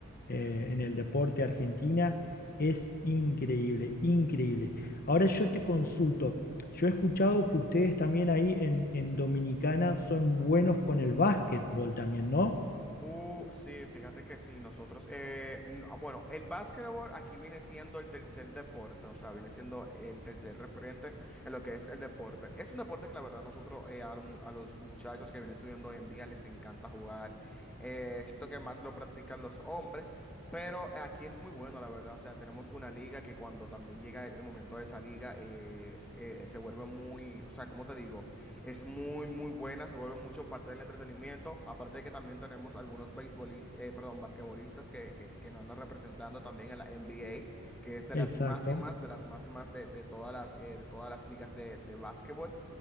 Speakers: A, on the left; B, in the centre.
A: eh, en el deporte Argentina, es increíble, increíble. Ahora yo te consulto, yo he escuchado que ustedes también ahí en, en Dominicana son buenos con el básquetbol también, ¿no?
B: Uh, sí, fíjate que sí, nosotros, eh, n- ah, bueno, el básquetbol aquí viene siendo el tercer deporte, o sea, viene siendo el tercer referente en lo que es el deporte. Es un deporte que la verdad nosotros, eh, a, lo mu- a los muchachos que vienen subiendo hoy en día les encanta jugar, eh, siento que más lo practican los hombres, pero eh, aquí es muy bueno, la verdad, o sea, tenemos una liga que cuando también llega el el momento de esa liga, eh, s- eh, se vuelve muy, o sea, ¿cómo te digo? Es muy, muy buena, se vuelve mucho parte del entretenimiento. Aparte de que también tenemos algunos beisbolistas, eh, perdón, basquetbolistas que, que, que nos andan representando también en la NBA, que es de las
A: Exacto.
B: máximas, de las máximas de, de todas las, eh, de todas las ligas de, de básquetbol.